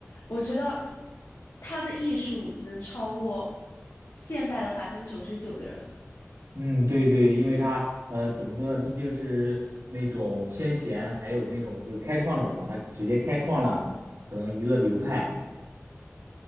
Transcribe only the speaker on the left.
我觉得他的艺术能超过现代的百分之九十九的人。